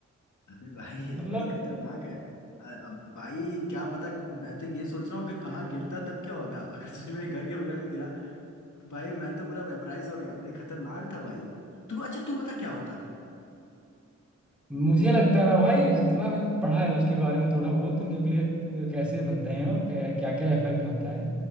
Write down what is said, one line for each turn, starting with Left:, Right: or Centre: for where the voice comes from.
Left: अबे भाई ये
Centre: मतलब
Left: तो बड़ी खतरनाक है अ- अब भाई क्या पता मैं तो ये सोच रहा हूँ कि कहाँ गिरता तब क्या होता <laughs> अगर तुझे मेरे घर के बगल में गिरा तो भाई मैं तो पूरा वेपराइज हो गया बड़ी खतरनाक था भाई तू अच्छा तू बता क्या होता
Centre: मुझे लगता है ना भाई जितना मैंने पढ़ा है उसके बारे में थोड़ा बहुत न्यूक्लियर कैसे बनते हैं और क्या क्या इफेक्ट होता है